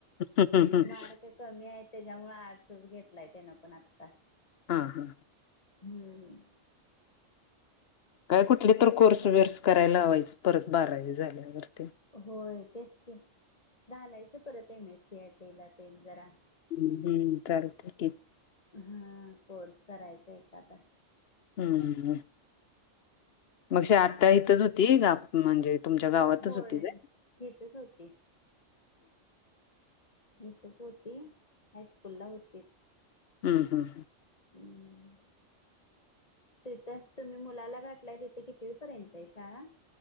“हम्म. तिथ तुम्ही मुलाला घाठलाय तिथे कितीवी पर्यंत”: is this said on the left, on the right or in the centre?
Left